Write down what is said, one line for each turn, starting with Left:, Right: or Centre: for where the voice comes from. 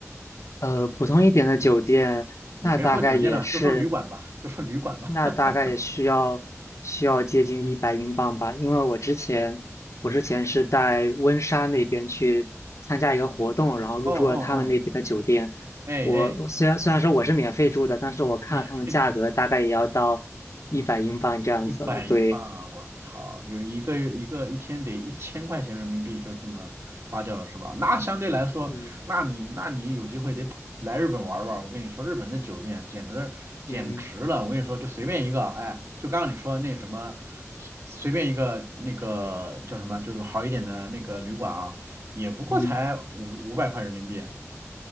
Left: 呃，普通一点的酒店，
Right: 也别说酒店了吧就说旅馆吧，
Left: 那大概也是，
Right: 就说旅馆吧。
Left: 那大概也需要需要接近一百英镑吧。
Right: <laughs>
Left: 因为我之前我之前是在温莎那边去参加一个活动，然后入住了他们那边的酒店。
Right: 哦哦哦，哎哎，
Left: 我我虽然虽然说我是免费住的，但是我看了他们价格，
Right: 免费吃的吗？
Left: 大概也要到一百英镑这样子了。
Right: 一百英镑啊，
Left: 对，
Right: 我靠，就一个一个一天得一千块钱人民币就这么花掉了是吧？那相对来说，
Left: 对，
Right: 那你那你有机会得来日本玩玩。我跟你说，日本这酒店简直简直了！
Left: 嗯
Right: 我跟你说，就随便一个，哎，就刚刚你说那什么，随便一个那个叫什么，就是好一点的那个旅馆啊，也不过才五五百块人民币。
Left: 嗯。